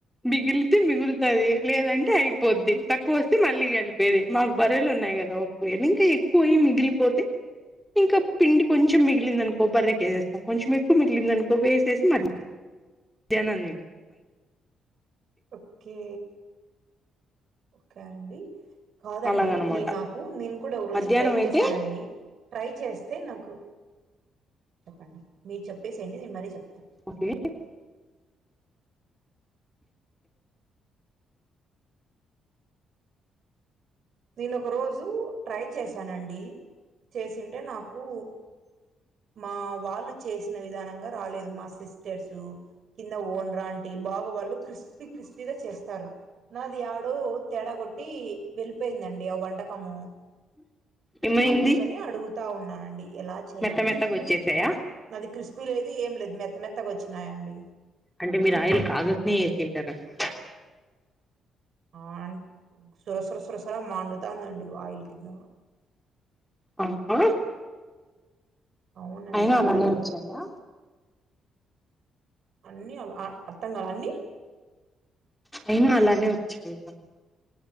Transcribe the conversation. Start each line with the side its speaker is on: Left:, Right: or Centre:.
Centre: మిగిలితే మిగులుతాది లేదంటే అయిపోద్ది తక్కువ వస్తే మళ్ళీ వేరే మాకు బరెలు ఉన్నాయి కదా ఒక్ వేన్నిన్కి ఎక్కువై మిగిలిపోతే ఇంకా పిండి కొంచెం మిగిలిందిందనుకో బర్రే కెసేస్తాం కొంచెం ఎక్కువ మిగిలిందనుకో వేసేసి మళ్లీ జనన్
Right: ఓకే ఒక అండి కాదండి
Centre: అలాగనమాట
Right: నీ నాకు నేను కూడా ఒక రోజు
Centre: మధ్యాహ్నం
Right: ట్రై
Centre: అయితే
Right: చేశానండి ట్రై చేస్తే నాకు చెప్పండి మీరు చెప్పేసేయండి నేను మరీ చెప్తా
Centre: ఓకే
Right: నేను ఒక రోజు ట్రై చేశానండి చేసింటే నాకు మా వాళ్ళు చేసిన విధానంగా రాలేదు మా సిస్టర్సు కింద ఓనర్ ఆంటీ బాగా వాళ్ళు క్రిస్పీ క్రిస్పీగా చేస్తారు నాది యాడో తేడా కొట్టి పోయిందండి ఆ వంటకము
Centre: ఏమైంది
Right: అందుకని అడుగుతా ఉన్నానండి ఎలా చే
Centre: మెత్త మెత్తగా వచ్చేసాయా
Right: అది క్రిస్పీ లేదు ఏమి లేదు మెత్త మెత్తగా వచ్చినాయాండి
Centre: అంటే మీరు ఆయిల్ కాగక్నే ఎసింటారండీ
Right: ఆన్ సురసుర సురసుర మండుతాందండి ఆయిల్ కింద
Centre: ఆ ఆ
Right: అవునండి
Centre: అయినా అలాగె వచ్చాయా
Right: అన్ని ఆల్అ అర్థం కాలే అన్ని
Centre: ఏమో అలాగె వచ్చాయ్